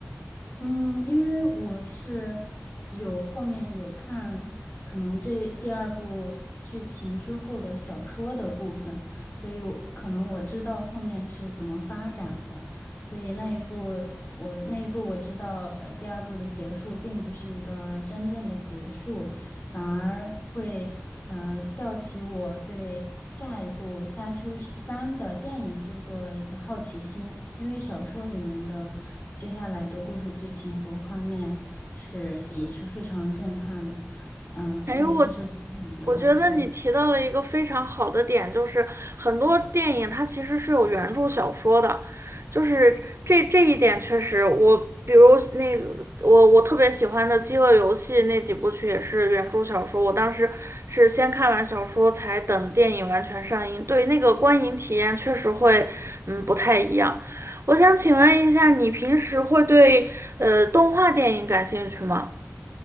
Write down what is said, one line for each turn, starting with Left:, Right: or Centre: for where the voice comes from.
Left: 嗯，因为我是有后面有看，可能这第二部剧情之后的小说的部分，所以我可能我知道后面是怎么发展的，所以那一部我那一部我知道，呃，第二部的结束并不是一个真正的结束，反而会呃吊起我对下一部《沙丘三》的电影制作的一个好奇心，因为小说里面的接下来的故事剧情和画面是也是非常震撼的，嗯、所以这是我的感受。
Right: 哎呦我。我觉得你提到了一个非常好的点，就是很多电影它其实是有原著小说的，就是这这一点确实我，比如那个我我特别喜欢的《饥饿游戏》那几部曲也是原著小说，我当时是先看完小说才等电影完全上映，对那个观影体验确实会嗯不太一样。我想请问一下，你平时会对呃动画电影感兴趣吗？